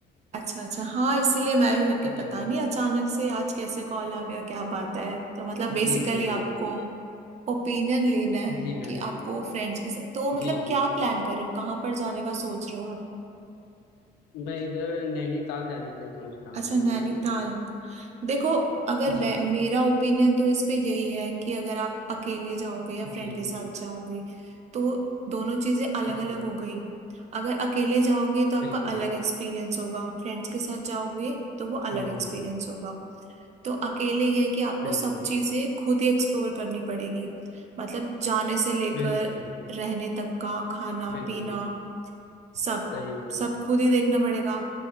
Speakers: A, on the right; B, on the left.
A: अच्छा अच्छा हाँ इसीलिए मैं भी मैंने कहा
B: जी
A: पता नहीं अचानक से आज कैसे कॉल आ गया क्या बात है तो मतलब बेसिकली
B: जी जी जी
A: आपको ओपिनियन लेना है
B: जी मैम
A: कि आपको फ्रेंड्स के साथ तो मतलब
B: जी जी
A: क्या प्लान कर रहे हो कहाँ पर जाने का सोच रहे हो आप
B: मैं इधर नैनीताल जाने के लिए सोच रहा
A: अच्छा
B: हूँ
A: नैनीताल
B: एक्चुअली
A: देखो अगर
B: जी
A: वे- मेरा
B: जी
A: ओपिनियन तो इस पे यही है कि अगर आप अकेले जाओगे या फ्रेंड
B: जी
A: के साथ
B: जी
A: जाओगे तो दोनों चीजें अलग
B: जी
A: अलग हो गई अगर अकेले जाओगे तो आपका
B: बिल्कुल
A: अलग एक्सपीरियंस होगा फ्रेंड्स के साथ जाओगे तो वो अलग
B: हम्म
A: एक्सपीरियंस
B: हम्म,
A: होगा तो अकेले ये है कि आपको
B: बिल्कुल
A: सब चीजें खुद ही एक्सप्लोर करनी पड़ेगी मतलब जाने से लेकर
B: बिल्कुल
A: रहने तक का खाना
B: बिल्कुल
A: पीना सब
B: सही है
A: सब खुद ही देखना पड़ेगा